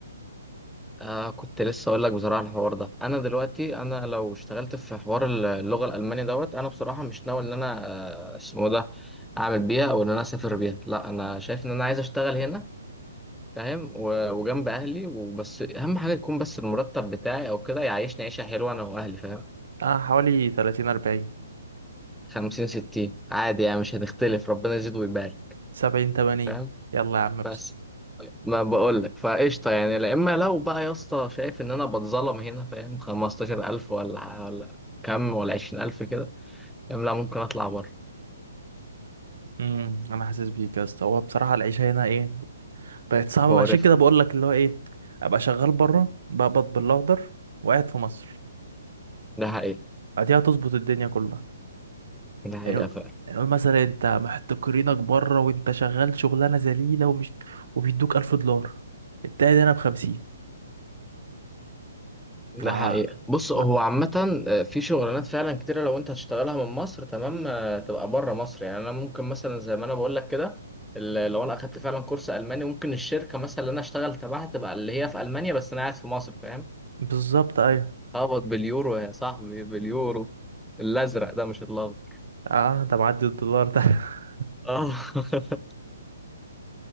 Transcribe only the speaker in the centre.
آه كنت لسه اقول لك بصراحه الحوار ده انا دلوقتي انا لو اشتغلت في حوار اللغه الالمانيه دوت انا بصراحه مش ناوي ان انا آه اسمه ده اعمل بيها او ان انا اسافر بيها لا انا شايف ان انا عايز اشتغل هنا فاهم و- وجنب اهلي وبس اهم حاجه يكون بس المرتب بتاعي او كده يعيشني عيشه حلوه انا واهلي فاهم
خمسين ستين عادي يعني مش هنختلف ربنا يزيد ويبارك
فاهم
بس
ما بقولك فقشطة يعني لا إما لو بقى يا اسطى شايف إن أنا بتظلم هنا فاهم خمستاشر ألف ولا ولا كم ولا عشرين ألف كده فاهم لا ممكن أطلع بره
مقرف
ده حقيقة
ده حقيقة
فعلا
ده
حقيقة بص هو
عامة آه، في شغلانات فعلا كتيرة لو انت هتشتغلها من مصر تمام آه، تبقى بره مصر يعني انا ممكن مثلا زي ما انا بقول لك كده ال- لو انا اخدت فعلا كورس الماني ممكن الشركة مثلا اللي انا اشتغل تبعها تبقى اللي هي في المانيا بس انا قاعد في مصر فاهم
اقبض باليورو يا صاحبي باليورو الازرق ده مش الابيض
اه <laughs>